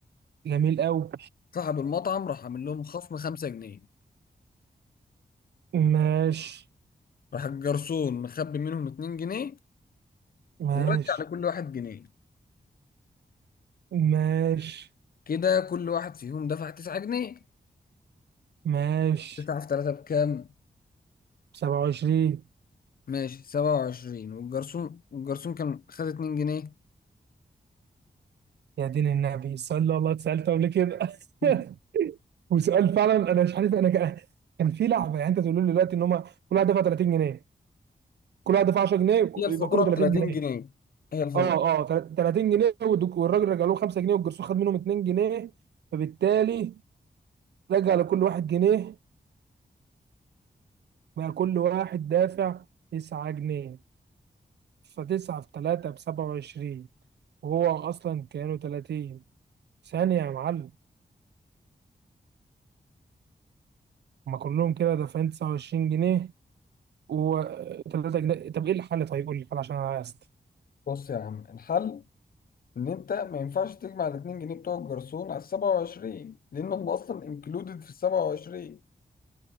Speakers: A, on the right (about 80°); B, on the left (about 60°).
A: جميل قوي
B: صاحب المطعم راح عامل لهم خصم 5 جنيه
A: ماشي
B: راح الجرسون مخبي منهم 2 جنيه
A: ماشي
B: ورجع لكل واحد جنيه
A: ماشي
B: كده كل واحد فيهم دفع 9 جنيه
A: ماشي
B: 9 في 3 بكام
A: 27
B: ماشي 27 والجرسون الجرسون كان خد 2 جنيه
A: يا دين النبي السؤال ده والله اتسألته قبل كده
B: <laughs>
A: <laughs> وسؤال فعلا انا مش عارف انا كان كان في لعبه يعني انت تقول لي دلوقتي ان هم كل واحد دفع 30 جنيه كل واحد دفع 10 جنيه وك-
B: هي الفاتورة
A: يبقى كله
B: ب
A: 30
B: 30
A: جنيه
B: جنيه هي الفاتورة
A: اه اه تل- 30 جنيه والدك- والراجل رجع له 5 جنيه والجرسون خد منهم 2 جنيه فبالتالي رجع لكل واحد جنيه بقى كل واحد دافع 9 جنيه ف9 في 3 ب 27 وهو اصلا كانوا 30 ثانيه يا معلم هما كلهم كده دافعين 29 جنيه وثلاثة أجنبي طب إيه الحل طيب قول لي الحل عشان أنا عايز
B: بص يا عم الحل ان انت ما ينفعش تجمع ال 2 جنيه بتوع الجرسون على ال 27 لان هم اصلا انكلودد في ال 27